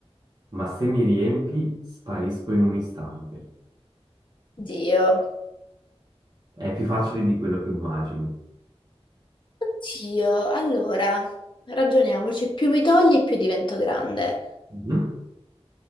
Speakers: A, on the right; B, on the left.
A: ma se mi riempi, sparisco in un istante.
B: Dio,
A: È più facile di quello che immagini.
B: Dio. Allora, ragioniamoci. Più mi togli, più divento grande.
A: Mhm.